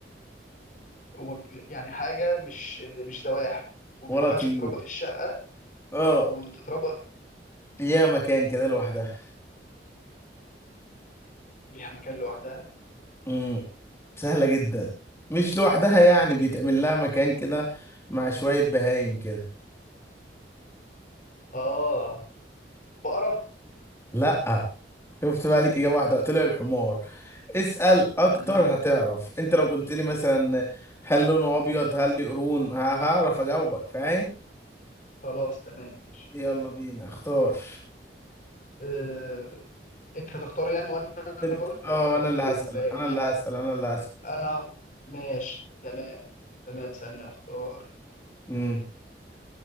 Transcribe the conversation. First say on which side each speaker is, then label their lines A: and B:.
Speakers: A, on the left; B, on the left.
A: هو يعني حاجة مش مش زواحف وما
B: ولا
A: ينفعش
B: طيور
A: تتربى في الشقة
B: اه
A: وتتربى
B: ليها مكان كده لوحدها
A: ليها مكان لوحدها
B: امم سهلة جدا مش لوحدها يعني بيتعمل لها مكان كده مع شوية بهايم كده
A: آه بقرة
B: لا شفت بقى ليك إجابة واحدة طلع الحمار اسأل أكتر
A: مم.
B: هتعرف أنت لو قلت لي مثلا هل لونه أبيض هل ليه قرون ه- هعرف أجاوبك فاهم
A: خلاص تمام ماشي
B: يلا
A: تمام
B: بينا اختار
A: آه، انت هتختار يعني وانا اقول
B: أنت أه أنا اللي
A: ولا
B: هسأل أنا
A: ايه
B: اللي هسأل أنا اللي هسأل
A: انا ماشي تمام تمام ثانية اختار
B: امم